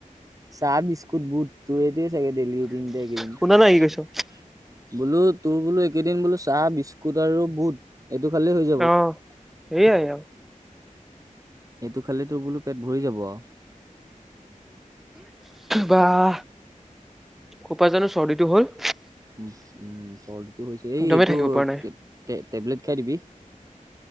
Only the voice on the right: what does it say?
চাহ, বিস্কুট, বুট। তোৰ এইটোৱে চাগে ড্ৰেইলী ৰুটিন দে এইকেইদিন।
বোলো তোৰ বোলো এইকেইদিন বোলো চাহ, বিস্কুট আৰু বুট। এইটো খালে হৈ যায়।
এইটো খালে তো বোলো পেট ভৰি যাব আ।
উম, চৰ্দিটো হৈছে
এই এইটো
টেবলেট খাই দিবি।